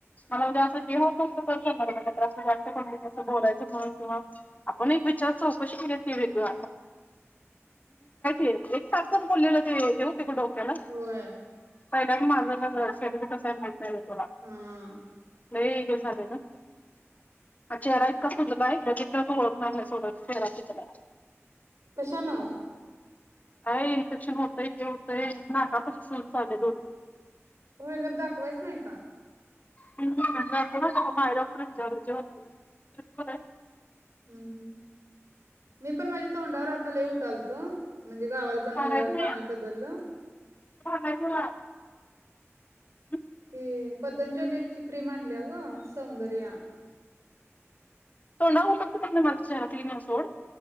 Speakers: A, on the left; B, on the right.
A: मला उद्या असं <unintelligible> <unintelligible> जास्त पण <unintelligible> बोलायचं म्हणून किंवा आपण एक विचार चौकशी केली ते वेगळ <unintelligible> एक सारखंच बोललेलं ते हे वेगळं ते पण डो त्याला
B: होय
A: पहिला आणि माझ <unintelligible> त्याजा तर कसा आहे माहित नाही बाई
B: हूं
A: लय हे झाले ना चेहरा इतका सुजलाय माय बघितलं तू ओळखणार नाहीस कोणाचा चेहरा सुजलाय
B: कशानं
A: काय इन्फेक्शन होतंय हे होतय नाका पशी सूजू चालले दोन दिवस
B: होय जरां दाखवायच नाही का
A: <unintelligible> माळी डॉक्टर ना विचारलं <unintelligible>
B: हूं हूं मी पण माझ्या तोंडावर आता लय उठाल त म्हणजे गावाला जाऊन
A: सांगायचं
B: आल्यावर
A: नाही
B: पाणी बदललं
A: <unintelligible>
B: ते पतंजली ची क्रीम आणल्या ग सौंदर्या
A: तोंडावर उठत बिटत नाय माझा चेहरा क्लीन हाय सोड